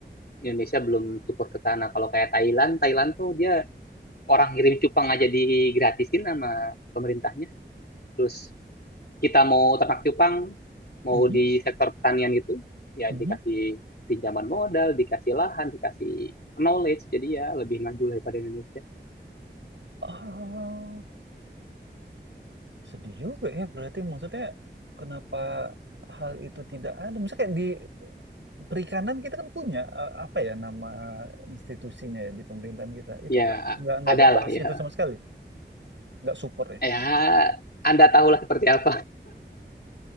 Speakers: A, on the left; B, on the right.
A: Indonesia belum support ke sana. Kalau kayak Thailand, Thailand tuh dia orang ngirim cupang aja digratisin sama pemerintahnya. Terus kita mau ternak cupang, mau
B: Mhm,
A: di sektor pertanian gitu, ya
B: mhm.
A: dikasih pinjaman modal, dikasih lahan, dikasih knowledge, jadi ya lebih maju daripada Indonesia.
B: Oh, sedih juga ya. Berarti maksudnya kenapa hal itu tidak ada? Misalnya kayak di perikanan kita kan punya eh, apa ya nama institusinya ya di pemerintahan kita. Itu
A: Ya,
B: nggak
A: a-
B: nggak nggak
A: ada
B: ada bahas
A: lah ya.
B: itu sama sekali. Nggak support ya.
A: Ya, Anda tahulah seperti apa.